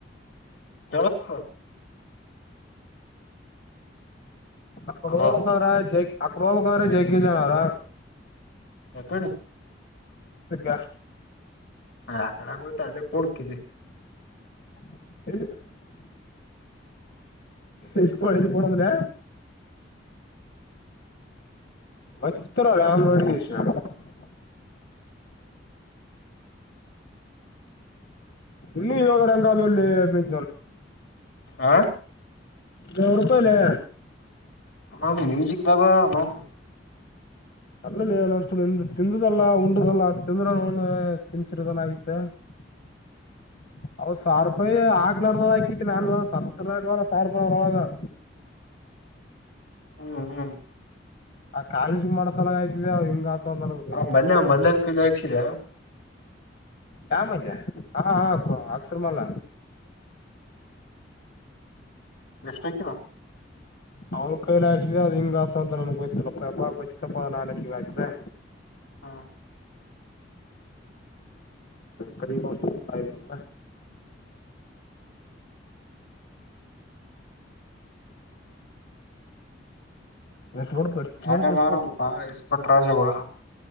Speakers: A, on the left; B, on the left.
A: ಕೆಳಸ್ತದ.
B: ಅಕಡ
A: ಹಲೋ
B: ಹೋಬೇಕಾದ್ರ ಜೈ ಅಕಡ ಹೋಗ್ಬೇಕ್ರ ಜಗ್ಗಿ <unintelligible> ಕೆ ಜನಾರ
A: ಎಕಡಿ.
B: ಇದಕ್ಕ
A: ಆ ನಗು ತಲೆ ಗುಡ್ ಕಿವಿ
B: <inaudible> ಎಷ್ಟು ಎಷ್ಟುದು ಕೊಡಂದ್ರೆ ಒತ್ರ ರಾಮನೋಡುಗಿಶ <unintelligible> ಇಏಳ ರಂಗಾದ ಒಳ್ಳಿ ಬೆಂ
A: ಆ
B: ನುರುಪಾಯಿಲೆ.
A: ಹಾ ಮ್ಯೂಜಿಕ್ದಾಗ <unintelligible>
B: ಅಲ್ಲಲೆ <unintelligible> ನೋಡ್ಸ ತಿಂದುದಲ್ಲ ಉಂಡುದಲ್ಲಾ ತಿಂದ್ರ ತಿನತಿರದನ್ ಆಗತ್ತ. <inaudible> ಅವು ಸಾವಿರ ರೂಪಾಯಿ ಹಾಕ್ಲಾರದಾಕಿಟ್ಟಿನಿ <unintelligible> ಸತ್ತರಗ ಸಾವಿರ ರೂಪಾಯಿರೊಳಗ. <inaudible>
A: ಹ್ಮ್ ಹ್ಮ್
B: ಆ ಕಾಲೇಜ ಮಾಡೋ ಸಲ್ವಾಗ ಹಾಕಿದೇವ್ ಹಿಂಗಾ ೊಂದ
A: ಆ ಮಲ್ಯ
B: ಪ <unintelligible> ಾ
A: ಮಲ್ಯನ್ ಕೈಲಿ ಹಾಕ್ಸಿದ
B: ಯಾ ಮಲ್ಲ್ಯ ಹಾ ಹಾ ಅಕ್ಷರ್ಮಲ್ಲ.
A: ಎಸ್ಟೈತೋ
B: ಅವ್ನ್ ಕೈಲಿ ಹಾಕ್ಸಿದೇವ್ ಅದ ಹಿಂಗ ಆತ ಅಂತ ನನ್ಗ್ ಗೊತ್ತಿಲ್ಲಪ್ಪ <unintelligible> ಗೊತ್ತತ್ತಪ್ಪ ನಾನ್ಯಾಕ ಹಿಂಗ ಆಯ್ತಿದೆ.
A: ಹಾ
B: ಕರಿಗ <unintelligible> ದಲ್ಲ ಹೇ ಸೂಪರ್ ಸರಿಗೆ
A: ಯಾರ್ಯಾರಲ್ಪ
B: ಬಿಡಿಸಬೇಕು
A: ಎಸ್ಪಟ್ ರಾಜಗಳು